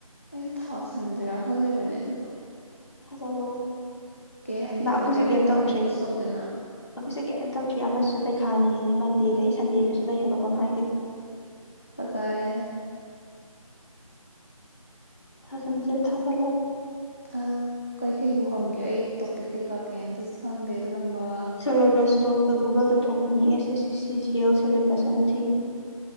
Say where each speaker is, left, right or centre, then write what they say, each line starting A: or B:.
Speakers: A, on the left; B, on the left.
A: ꯑꯩꯁꯨ ꯊ ꯁꯟꯖꯤꯔ ꯈꯜ ꯂꯤꯕꯅꯦ ꯑꯥꯗꯨꯗꫭ
B: ꯊꯥꯖꯜꯂꯣ
A: ꯍꯥꯏꯅꯤ
B: ꯏꯃꯥ ꯑꯩꯈꯣꯏꯁꯨꯦ
A: ꯄ꯭ꯔꯤꯄꯦꯌꯔ
B: ꯀꯩꯝ
A: ꯀꯩꯀꯥ
B: ꯇꯧꯗ꯭ꯔꯤ
A: ꯀꯩꯝꯇꯁꯨ ꯇꯧꯗꯅ
B: ꯑꯩꯈꯣꯏꯁꯨꯦ ꯀꯩꯝ ꯇꯧꯗ꯭ꯔꯤ ꯑꯃꯁꯨ ꯄꯩꯈꯥꯅꯦꯅꯦ ꯃꯟꯗꯦ ꯗꯏ ꯁꯟꯗꯦꯗꯁꯨ ꯂꯩ ꯍꯥꯏꯕ ꯀꯝ ꯍꯥꯏꯒꯤꯕꯅꯤ
A: ꯐꯖꯔꯦꯅꯦ
B: ꯊꯖꯥꯟꯖꯦ ꯊꯥꯖꯜꯂꫭ
A: ꯑꯗꯣ ꯀꯩꯀꯩꯕꯨ ꯍꯪꯒꯦ ꯑꯩ ꯇꯣꯄꯤꯛ ꯀꯩꯀꯥ ꯀꯩꯝꯇꯁꯨ ꯈꯪꯗꯦ ꯑꯗꯨꯒꯨꯝꯕ
B: ꯁꯦꯂꯦꯕꯁꯇꯣ ꯒꯨꯒꯜꯗ ꯊꯣꯛꯄꯅꯤ ꯑꯦꯁ ꯑꯦꯁ ꯁꯤ ꯁꯤ ꯆꯤ ꯑꯦꯜ ꯁꯦꯂꯦꯕꯁ ꯑꯅ ꯊꯤꯌꫭ